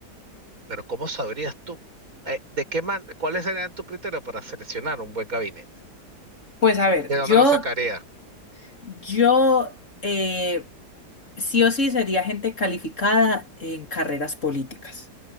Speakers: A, on the right; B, on the left.
A: pero ¿cómo sabrías tú, eh, de qué man, cuáles serían tus criterios para seleccionar un buen gabinete?
B: Pues a ver,
A: ¿De dónde
B: yo,
A: lo sacaría?
B: yo eh, sí o sí sería gente calificada en carreras políticas.